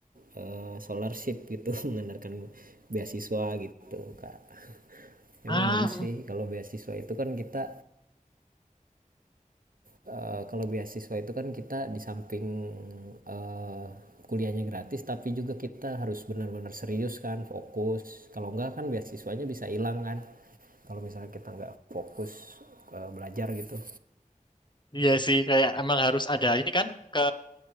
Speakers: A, on the right (about 85°); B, on the left (about 35°).
A: eh, scholarship gitu, <laughs> mengandalkan beasiswa gitu, Kak. Emang
B: Ah,
A: bagus sih kalau beasiswa itu kan kita Eh, kalau beasiswa itu kan kita di samping eh, kuliahnya gratis, tapi juga kita harus benar-benar serius kan, fokus. Kalau enggak kan beasiswanya bisa hilang kan. Kalau misalnya kita nggak fokus eh, belajar gitu.
B: Iya sih, kayak emang harus ada ini kan ke